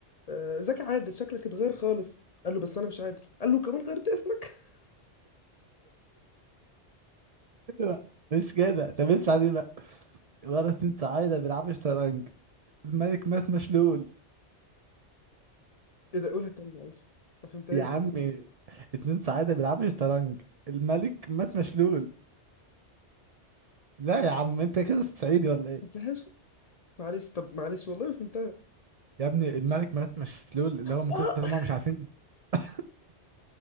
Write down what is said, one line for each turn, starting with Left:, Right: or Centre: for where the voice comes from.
Left: آه، ازيك يا عادل شكلك اتغير خالص قال له بس انا مش عادل قال له كمان غيرت اسمك <laughs>
Right: لا، مش كده طب اسمع دي بقى مرة اتنين صعايدة بيلعبوا شطرنج الملك مات مشلول
Left: ايه ده قولها تاني معلش ما فهمتهاش
Right: يا عمي
Left: دي ما
Right: اتنين صعايدة بيلعبوا شطرنج الملك مات مشلول لا يا عم انت كده صعيدي ولا ايه
Left: فهمتهاش معلش طب معلش والله ما فهمتها
Right: يا ابني الملك مات مشلول اللي هو من
Left: آه،
Right: كتر ما هم مش عارفين <laughs>